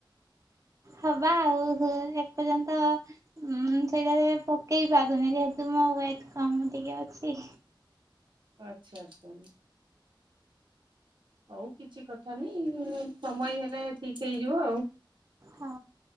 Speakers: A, on the right (about 40°); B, on the right (about 70°).
A: ହବା ଆଉ ଏପର୍ଯ୍ୟନ୍ତ ହୁଁ ସେଇଟା ପାଇଁ ପକେଇ ପାରୁନି ଯେହେତୁ ମୋର ୱେଟ୍ କମ୍ ଟିକେ ଅଛି।
B: ଆଚ୍ଛା ଆଚ୍ଛା। ହଉ କିଛି କଥା ନି ସମୟ ହେଲେ ଠିକ୍ ହେଇଯିବ।
A: ହଁ